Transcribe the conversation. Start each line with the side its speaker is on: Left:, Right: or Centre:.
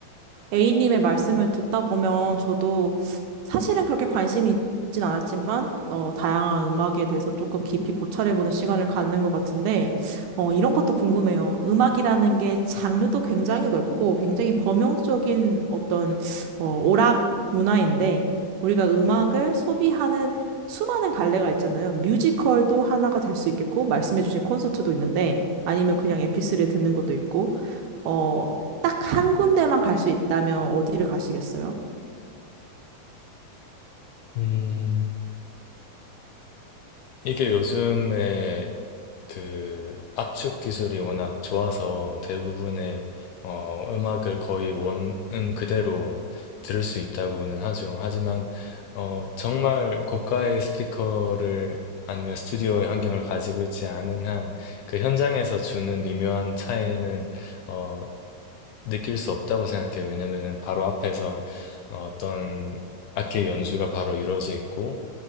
Right: A님의 말씀을 듣다 보면 저도 사실은 그렇게 관심이 있진 않았지만, 어, 다양한 음악에 대해서 조금 깊이 고찰해보는 시간을 갖는 것 같은데, 어, 이런 것도 궁금해요. 음악이라는 게 장르도 굉장히 넓고 굉장히 범용적인 어떤, 어, 오락 문화인데, 우리가 음악을 소비하는 수많은 갈래가 있잖아요. 뮤지컬도 하나가 될 수 있겠고, 말씀해주신 콘서트도 있는데, 아니면 그냥 MP3를 듣는 것도 있고, 어, 딱 한 군데만 갈 수 있다면 어디를 가시겠어요?
Left: 음, 이게 요즘에 그 압축 기술이 워낙 좋아서 대부분의 어, 음악을 거의 원음 그대로 들을 수 있다고는 하죠. 하지만 어, 정말 고가의 스피커를 아니면 스튜디오의 환경을 가지고 있지 않은 한 그 현장에서 주는 미묘한 차이는 어, 느낄 수 없다고 생각해요. 왜냐면은 바로 앞에서 어, 어떤 악기 연주가 바로 이루어져 있고